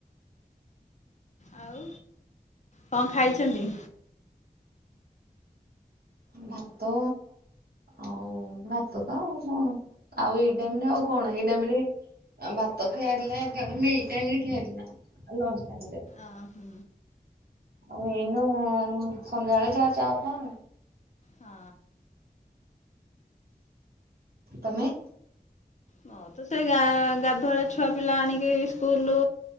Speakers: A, on the left (about 45°); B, on the right (about 65°).
A: ଆଉ କଣ ଖାଇଛନ୍ତି?
B: ଭାତ। ଆଉ ଭାତ ତ ଆଉ କଣ ଆଉ ଏଇ ଟାଇମ୍ ରେ ଆଉ କଣ ଏଇ ଟାଇମ୍ ରେ ଭାତ ଖିଆଥିଲା ତା ମିଲ୍ ଟାଇମ୍ ରେ ଖିଆଥିଲା ଲଞ୍ଚ ଟାଇରେ।
A: ଓହୋ।
B: ଆଉ ଏଇନୁ ସନ୍ଧ୍ୟାଳେ ଯା ଚା ଫା।
A: ହଁ।
B: ତମେ?
A: ମୁଁ ତ ସେ ଗା ଗାଧୁଆଳୁ ଛୁଆ ପିଲା ଆଣିକି ସ୍କୁଲ